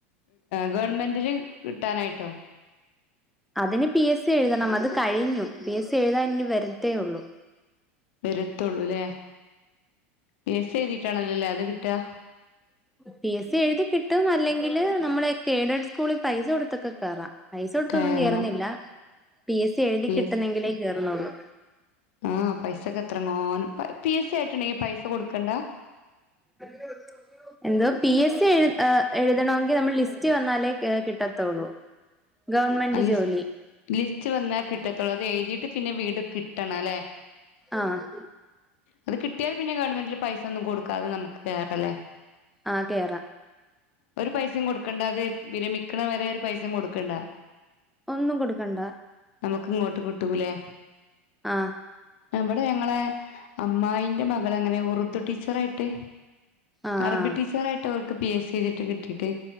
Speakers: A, on the left (about 70°); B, in the centre.
A: ഗവൺമെന്റില് കിട്ടാനായിട്ടോ
B: അതിന് പി എസ് സി എഴുതണം അത് കഴിഞ്ഞു പി എസ് സി എഴുതാൻ എനി വരത്തേ ഉള്ളു
A: വരത്തുള്ളൂല്ലേ പേസ എഴുതിയിട്ടാണല്ലോല്ലേ അത് കിട്ടാ
B: പി എസ് സി എഴുതി കിട്ടും അല്ലെങ്കില് നമ്മളൊക്കെ എയ്ഡഡ് സ്കൂളിൽ പൈസ കൊടുത്തൊക്കെ കയറാം പൈസ കൊടുത്തൊന്നും
A: കയറണം
B: കയറുന്നില്ല പി എസ് സി എഴുതി
A: പി
B: കിട്ടുന്നെങ്കിലേ
A: എസ്
B: കയറുന്നുള്ളൂ
A: ആഹ് പൈസക്കെ എത്രങ്ങോ പി എസ് സി ആയിട്ടുണ്ടെങ്ക പൈസ കൊടുക്കണ്ട
B: <inaudible> എന്തോ പി എസ് സി എ എഴുതണമെങ്കിൽ നമ്മൾ ലിസ്റ്റ് വന്നാലേ കിട്ടത്തുള്ളൂ
A: <inaudible>
B: ഗവൺമെന്റ്
A: ആ ലിസ്
B: ജോലി
A: ലിസ്റ്റ് വന്നാകിട്ടത്തൊള്ളു അത് എഴ്തീയിട്ട് പിന്നെ വീണ്ടും കിട്ടണല്ലേ
B: ആഹ്
A: അത് കിട്ടിയാൽ പിന്നെ ഗവൺമെന്റില് പൈസന്നും കൊടുക്കാത നമുക്ക്കേറലേ
B: ആഹ് കേറ
A: ഒരു പൈസിം കൊടുക്കണ്ട അത് വിരമിക്കണവരെ ഒരു പൈസിം കൊടുക്കണ്ട
B: ഒന്നും കൊടുക്കണ്ട
A: നമുക്ക് ഇങ്ങോട്ട് കിട്ടൂലേ
B: ആഹ്
A: ആഹ് ഇവടെ ഞങ്ങളെ അമ്മായിന്റെ മകളങ്ങനെ ഉറുദു ടീച്ചറായിട്ട്
B: ആഹ്
A: അറബി
B: ആഹ്
A: ടീച്ചറായിട്ട് ക്ക്‌ പി എസ് സി എയ്തിട്ട് കിട്ടീട്ടേ